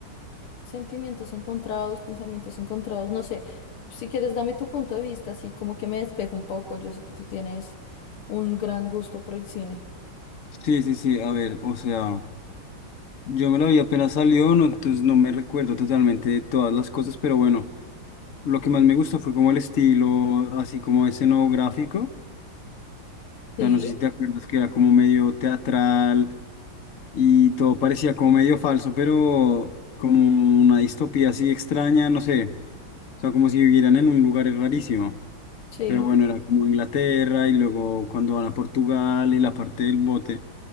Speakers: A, on the left; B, on the left.
A: sentimientos encontrados, pensamientos encontrados, no sé. Si quieres, dame tu punto de vista, así como que me despejo un poco. Yo sé que tú tienes un gran gusto por el cine.
B: Sí, sí, sí, a ver, o sea, yo me la vi apenas salió, no, entonces no me recuerdo totalmente de todas las cosas, pero bueno, lo que más me gustó fue como el estilo, así como escenográfico.
A: Sí,
B: sea, no sé si te acuerdas que era como medio teatral y todo parecía como medio falso, pero como una distopía así extraña, no sé. O sea, como si vivieran en un lugar rarísimo.
A: sí.
B: Pero bueno, era como Inglaterra y luego cuando van a Portugal y la parte del bote.